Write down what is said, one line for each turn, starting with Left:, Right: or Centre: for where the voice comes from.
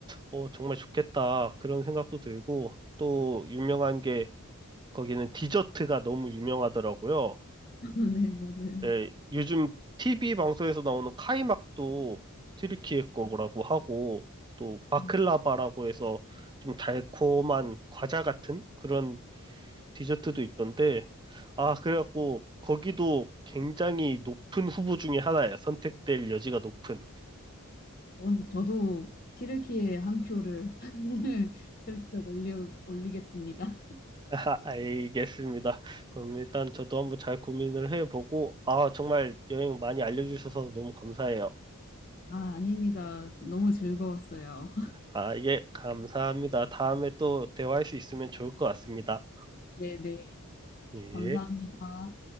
Right: 어, 정말 좋겠다. 그런 생각도 들고, 또 유명한 게 거기는 디저트가 너무 유명하더라고요.
Left: <laughs> 네, 맞아요. 음,
Right: 예, 요즘 TV 방송에서 나오는 카이막도 튀르키예 거라고 하고 또 바클라바라고
Left: 네.
Right: 해서 좀 달콤한 과자 같은 그런 디저트도 있던데 아 그래갖고 거기도 굉장히 높은 후보 중에 하나예요. 선택될 여지가 높은.
Left: 그럼 저도 튀르키예 한 표를 <laughs> 슬쩍 올리, 올리겠습니다.
Right: <laughs> 알겠습니다. 그럼 일단 저도 한번 잘 고민을 해보고 아 정말 여행 많이 알려주셔서 너무 감사해요.
Left: 아, 아닙니다. 너무 즐거웠어요.
Right: 아, 예, 감사합니다. 다음에 또 대화할 수 있으면 좋을 것 같습니다.
Left: 네네.
Right: 예.
Left: 감사합니다.